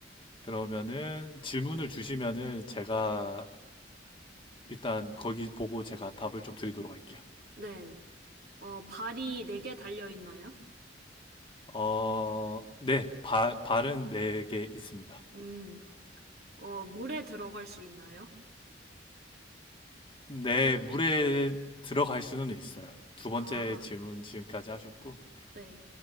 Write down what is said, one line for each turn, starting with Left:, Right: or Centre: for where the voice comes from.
Left: 그러면은 질문을 주시면은 제가 일단 거기 보고 제가 답을 좀 드리도록 할게요.
Right: 네, 네. 어, 발이 네 개 달려 있나요?
Left: 어, 네. 발, 발은 네 개 있습니다.
Right: 음, 어, 물에 들어갈 수 있나요?
Left: 네, 물에 들어갈 수는 있어요. 두 번째
Right: 아,
Left: 질문 지금까지 하셨고, 네.
Right: 네.